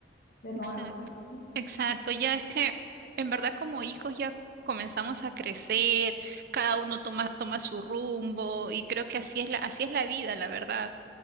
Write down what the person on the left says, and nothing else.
De
nuevo. <laughs>